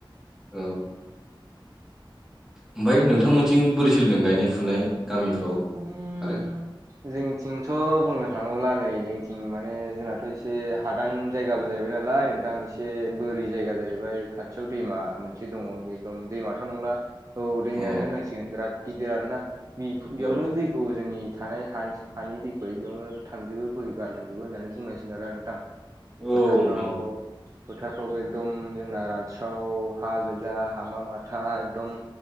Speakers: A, in the centre; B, on the right (about 35°).
A: औ ओमफाय नोंथांमोनथिं बोरै सोलिदों गायनाय फुनाय गामिफ्राव?
B: उम
A: आरो
B: जोंनिथिंथ' बुंनो थाङोब्ला नै जोंनिथिं माने जोंनाथ' एसे हादान जायगाबो जाहैबाय नालाय नोंथां। एसे बोरि जायगा जाहैबाय खाथियाव दैमा मोनसे दङ। दम दैमाथ' नंला औ दैमायानो
A: अ
B: होनांसिगोन बिराद गिदिर आरो ना मि बिमानो
A: औ
B: दै खौ जोंनि थानाय हानि हानि दैखौहाय बेयावनो थांजोबो बोहै गारलांजोबो होननानै बुंनांसिग आरो नोंथां।
A: औ
B: फोथारफ्राव
A: नोंथां औ
B: फोथारफ्रावबो एकदम जोंना रानस्राव हा गोजा हामा माथा एकदम